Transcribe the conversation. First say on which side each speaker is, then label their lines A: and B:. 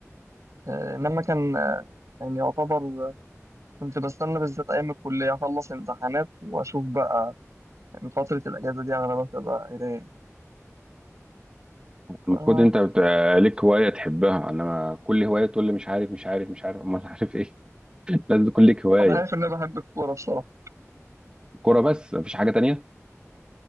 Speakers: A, on the right; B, on the right.
A: آه، إنما كان آه، يعني يعتبر آه، كنت بستنى بالذات أيام الكلية أخلص امتحانات وأشوف بقى إن فترة الأجازة دي أغلبها تبقى قراية ف-
B: المفروض انت بتبقى ليك هواية تحبها انا كل هواية تقول لي مش عارف مش عارف مش عارف <laughs> امال عارف ايه <laughs> لازم تكون ليك هواية
A: أنا عارف إن أنا بحب الكورة بصراحة
B: الكورة بس مفيش حاجة تانية